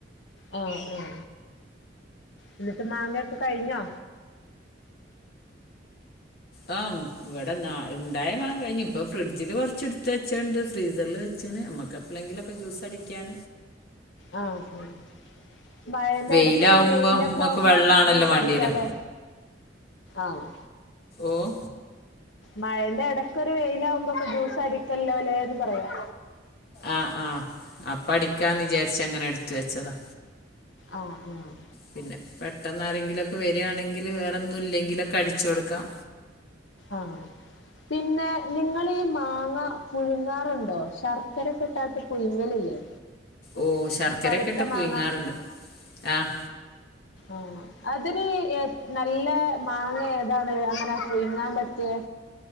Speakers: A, on the left (about 80°); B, on the left (about 60°).
A: ആ, അ. എന്നിട്ട് മാങ്ങക്കെ കഴിഞ്ഞോ?
B: ആ, വടെണ്ടായ മാങ്ങ കഴിഞ്ഞു. ഇപ്പൊ ഫ്രിഡ്ജില് കുറച്ച് എടുത്തു വെച്ചണ്ട്. ഫ്രീസറിൽ വെച്ചണ് നമ്മക്ക് എപ്പളെങ്കിലും ഒക്കെ ജ്യൂസ്ടിക്കാൻ.
A: അ, ആ. മഴന്റെ
B: വെയിലാവുമ്പോൾ
A: ഇടക്കൊ ഒരു വെയിലൊക്കെ
B: നമുക്ക്
A: ആകുമ്പോ
B: വെള്ളമാണല്ലോ
A: ജ്യൂസ
B: വേണ്ടി
A: അടിക്കാലേ.
B: വരിക
A: ആന്നോ
B: ഓഹ്
A: മഴേന്റെ എടക്കൊരു വെയിലാകുമ്പൊക്കെ ജ്യൂസടിക്കല്ലോല്ലേന്ന് പറയാം
B: ആഹ് ആഹ് അപ്പ അടിക്കാന്ന് വിചാരിച്ചങ്ങനെ എടുത്ത് വെച്ചതാ
A: ആഹ് ആഹ്
B: പിന്നെ പെട്ടെന്ന് ആരെങ്കിലൊക്കെ വെരാണെങ്കില് വേറെന്നും ഇല്ലെങ്കിലൊക്കെ അടിച്ചു കൊടുക്കാം
A: ആഹ് പിന്നെ നിങ്ങളീ മാങ്ങ പുഴുങ്ങാറുണ്ടോ ശർക്കരക്കെ ഇട്ടാട്ട് പുഴുങ്ങലില്ലേ
B: ഓഹ് ശർക്കരെയെക്കെ
A: പഴുത്ത
B: ഇട്ട് പുഴുങ്ങാറ്ണ്ട്
A: മാങ്ങ
B: ആഹ്
A: ആഹ് അതിന് ഏത് നല്ല മാങ്ങ ഏതാണ് അങ്ങനെ പുയ്ങ്ങാൻ പറ്റിയെ